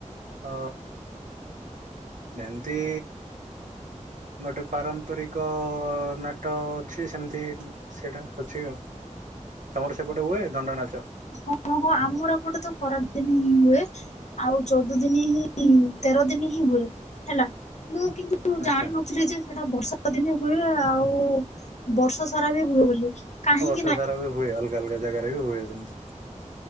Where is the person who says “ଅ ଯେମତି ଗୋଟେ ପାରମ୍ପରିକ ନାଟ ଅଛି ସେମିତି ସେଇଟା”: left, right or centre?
Right